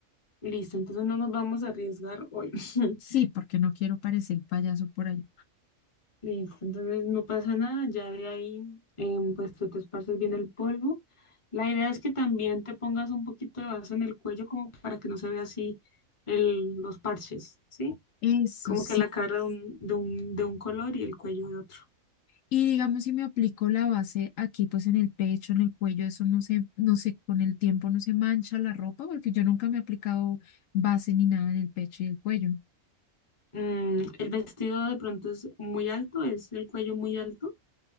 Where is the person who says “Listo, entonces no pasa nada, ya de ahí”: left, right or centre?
Left